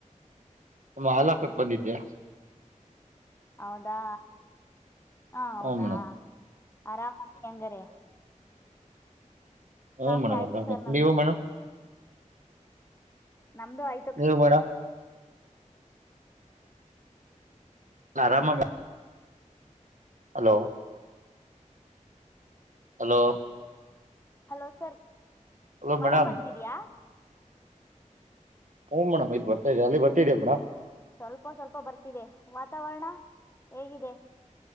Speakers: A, on the right; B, on the left.
A: ಮೇಡಂ ಹಾಲಕಕ್ಕೆ ಬಂದಿದ್ದ್ಯಾ
B: ಹೌದಾ ಹಾ ಹೌದಾ
A: ಹ್ಞೂ ಮೇಡಮ್
B: ಆರಾಮ ಹೆಂಗಾರೆ
A: ಹ
B: ಕಾಫಿ
A: ಮೇಡಮ್
B: ಆಯ್ತು
A: ಅರಾಮ್
B: ಸರ್ ನಮ್ದು
A: ನೀವ್ ಮೇಡಮ್
B: ನಮ್ದು ಆಯ್ತ
A: ನೀವು ಮೇಡಮ್ ಆರಾಮ hello hello
B: hello sir
A: hello
B: ಮಳೆ
A: ಮೇಡಮ್
B: ಬರ್ತಿದ್ಯಾ
A: ಹ್ಮ್ ಮೇಡಮ್ ಇಲ್ಲಿ ಬರ್ತಿದೆ ಅಲ್ಲಿ ಬರ್ತಿದೀಯಾ ಮೇಡಮ್
B: ಸ್ವಲ್ಪ ಸ್ವಲ್ಪ ಬರ್ತಿದೆ ವಾತಾವರಣ ಹೇಗಿದೆ